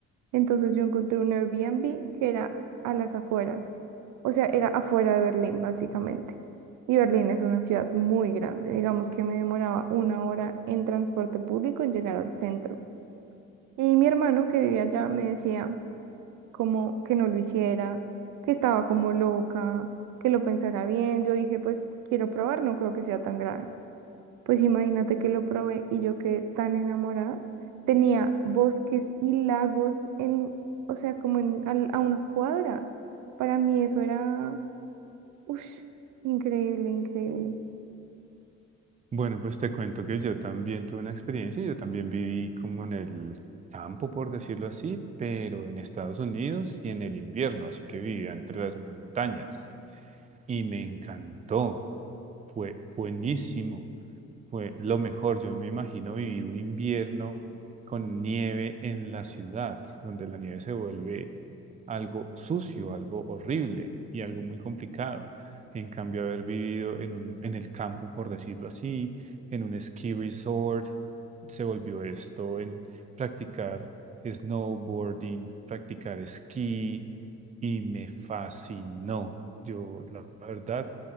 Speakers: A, on the right; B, on the right.
A: Entonces yo encontré un Airbnb que era a las afueras, o sea, era afuera de Berlín, básicamente. Y Berlín es una ciudad muy grande. Digamos que me demoraba una hora en transporte público en llegar al centro. Y mi hermano que vivía allá me decía como que no lo hiciera, que estaba como loca, que lo pensara bien. Yo dije, pues quiero probar, no creo que sea tan grave. Pues imagínate que lo probé y yo quedé tan enamorada. Tenía bosques y lagos en, o sea, como en, al- a una cuadra. Para mí eso era, uff, increíble, increíble.
B: Bueno, pues te cuento que yo también tuve una experiencia, yo también viví como en el campo, por decirlo así, pero en Estados Unidos y en el invierno, así que vivía entre las montañas y me encantó, fue buenísimo. Fue lo mejor, yo no me imagino vivir un invierno con nieve en la ciudad, donde la nieve se vuelve algo sucio, algo horrible y algo muy complicado. En cambio, haber vivido en un- en el campo, por decirlo así, en un ski resort, se volvió esto en practicar snowboarding, practicar esquí y me fascinó. Yo, la verdad,